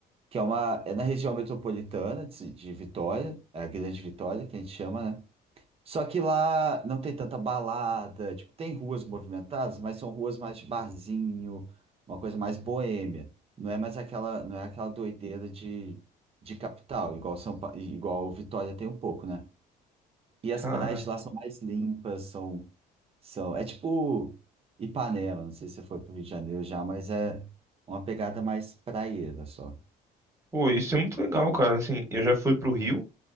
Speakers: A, on the right; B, on the right.
A: que é uma é na região metropolitana de, de Vitória, é a Grande Vitória que a gente chama, né? Só que lá não tem tanta balada, tipo, tem ruas movimentadas, mas são ruas mais de barzinho, uma coisa mais boêmia. Não é mais aquela, não é aquela doideira de, de capital, igual São Pa- igual Vitória tem um pouco, né? E as
B: Cara,
A: praias de lá são mais limpas, são são é tipo Ipanema, não sei se você foi para o Rio de Janeiro já, mas é uma pegada mais praieira só.
B: pô, isso é muito legal, cara. Assim, eu já fui pro Rio